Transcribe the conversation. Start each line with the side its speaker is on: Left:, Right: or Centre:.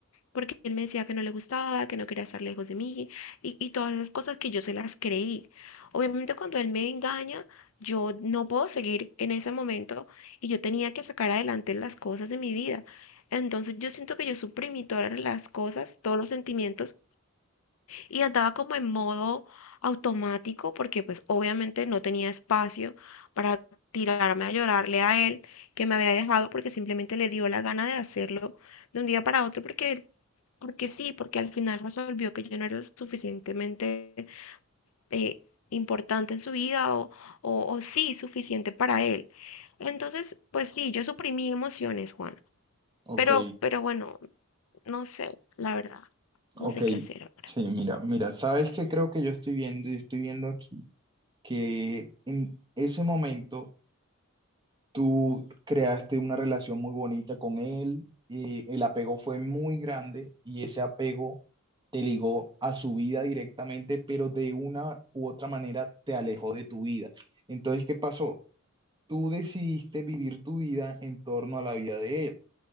Left: porque él me decía que no le gustaba, que no quería estar lejos de mí y, y todas esas cosas que yo se las creí. Obviamente cuando él me engaña, yo no puedo seguir en ese momento y yo tenía que sacar adelante las cosas de mi vida. Entonces yo siento que yo suprimí todas las cosas, todos los sentimientos y andaba como en modo automático porque pues obviamente no tenía espacio para tirarme a llorarle a él que me había dejado porque simplemente le dio la gana de hacerlo de un día para otro porque porque sí, porque al final resolvió que yo no era lo suficientemente eh, importante en su vida o, o, o sí, suficiente para él. Entonces, pues sí, yo suprimí emociones, Juan.
Right: Ok,
Left: Pero, pero bueno, no sé, la verdad,
Right: ok,
Left: no sé qué hacer ahora.
Right: sí, mira, mira, ¿sabes qué creo que yo estoy viendo? Yo estoy viendo aquí que en ese momento tú creaste una relación muy bonita con él, eh, el apego fue muy grande y ese apego te ligó a su vida directamente, pero de una u otra manera te alejó de tu vida. Entonces, ¿qué pasó? Tú decidiste vivir tu vida en torno a la vida de él